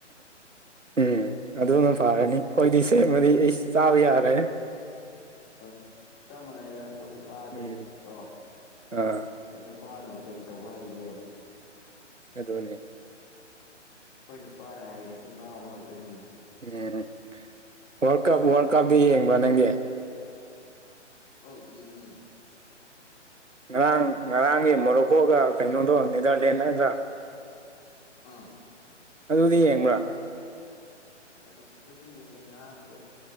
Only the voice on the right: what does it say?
ꯎꯝ ꯑꯗꯨꯅ ꯐꯥꯔꯅꯤ ꯈꯣꯏꯗꯤ ꯁꯦꯝꯃꯗꯤ ꯑꯩꯁ ꯆꯥꯕ ꯌꯥꯔꯦ
ꯎꯝ
ꯑꯥ
ꯑꯗꯨꯅꯦ
ꯎꯝ ꯋꯥꯔꯜ ꯀꯞ ꯋꯥꯔꯜ ꯀꯞꯇꯤ ꯌꯦꯡꯕ꯭ꯔ ꯅꯪꯗꯤ
ꯉꯔꯥꯡ ꯉꯔꯥꯡꯒꯤ ꯃꯣꯔꯣꯀꯣꯒ ꯀꯩꯅꯣꯗꯣ ꯅꯦꯗꯔꯂꯦꯟ ꯅꯠꯇ꯭ꯔꯥ
ꯑꯗꯨꯗꯤ ꯌꯦꯡꯕ꯭ꯔꯥ